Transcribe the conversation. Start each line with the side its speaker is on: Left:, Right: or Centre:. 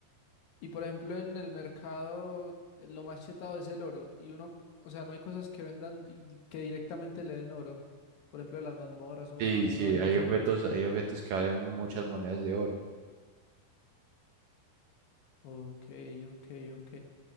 Left: Y por ejemplo, en el mercado eh, lo más chetado es el oro. Y uno, o sea, no hay cosas que vendan y di- que directamente le den oro. Por ejemplo, las mazmorras o
Right: sí,
Left: una- alguna
Right: sí,
Left: vaina
Right: hay
Left: así.
Right: objetos, hay objetos que valen muchas monedas de oro.
Left: Ok, ok, ok.